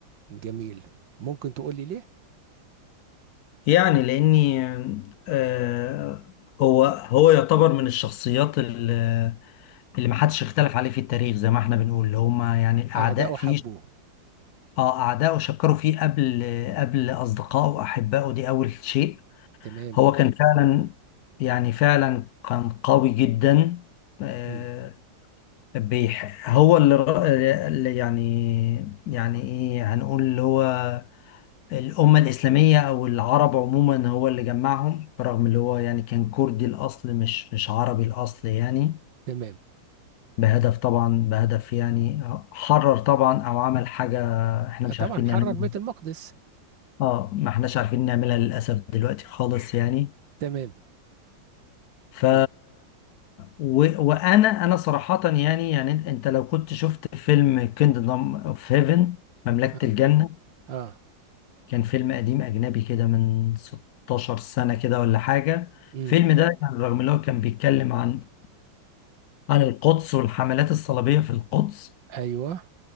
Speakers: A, on the right (about 70°); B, on the left (about 70°).
A: جميل ممكن تقول لي ليه
B: يعني لاني أه، هو هو يعتبر من الشخصيات ال- اللي ما حدش اختلف عليه في التاريخ زي ما احنا بنقول اللي هما يعني الاعداء
A: اعداؤه
B: فيه
A: حبوه
B: اه اعدائه شكروا فيه قبل قبل اصدقائه واحبائه دي اول شيء
A: تمام
B: هو كان فعلا يعني فعلا كان قوي جدا آه،
A: مم.
B: بيح هو اللي ر- اللي يعني يعني ايه هنقول اللي هو الأمة الإسلامية أو العرب عموما هو اللي جمعهم برغم اللي هو يعني كان كردي الأصل مش مش عربي الأصل يعني
A: تمام
B: بهدف طبعا بهدف يعني حرر طبعا أو عمل حاجة احنا مش
A: آه، طبعا
B: عارفين
A: حرر
B: نعملها
A: بيت المقدس
B: اه ما احناش عارفين نعملها للأسف دلوقتي خالص يعني
A: تمام
B: ف
A: اه
B: و... وانا انا صراحة يعني يعني انت أنت لو كنت شفت فيلم كيندم اوف هيفن مملكة
A: اه
B: الجنة
A: اه
B: كان فيلم قديم اجنبي كده من 16 سنة كده ولا حاجة
A: مم.
B: الفيلم ده يعني رغم ان هو كان بيتكلم عن عن القدس والحملات الصليبية في القدس
A: ايوه